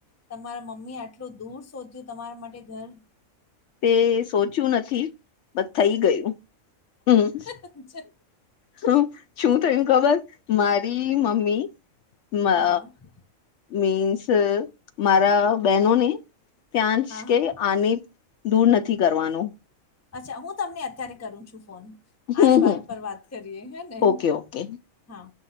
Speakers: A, on the left; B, on the left.
A: તમારા મમ્મી આટલું દૂર સોધ્યું તમારા માટે ઘર.?
B: તે સોધ્યું નથી. બટ થઈ ગયું. હમ,
A: હા
B: હુ છું થયું ખબર, મારી મમ્મી મ અ
A: હા
B: મીન્સ મારા બહેનોને ત્યાશ કે
A: હા
B: આની દૂર નથી કરવાનું.
A: અચ્છા, હું તમને અત્યારે કરું છું ફોન.
B: હમ
A: આજ વાત
B: હમ
A: પર વાત કરીએ હે ને,
B: ઓકે ઓકે
A: હા.